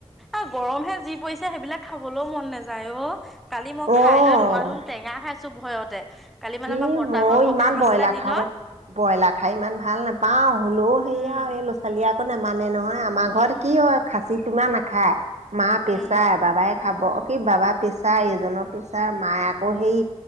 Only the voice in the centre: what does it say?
এ গৰমহে যি পৰিছে সেইবিলাক খাবলৈও মন নাযায় অ কালি মই
খাই লৈ ধুমা ধুম টেঙা খাইছোঁ ভয়তে কালি মানে
আমাৰ বৰতা
ঘৰত সকাম
আছিলে দিনত।
উম,
উম,
উম,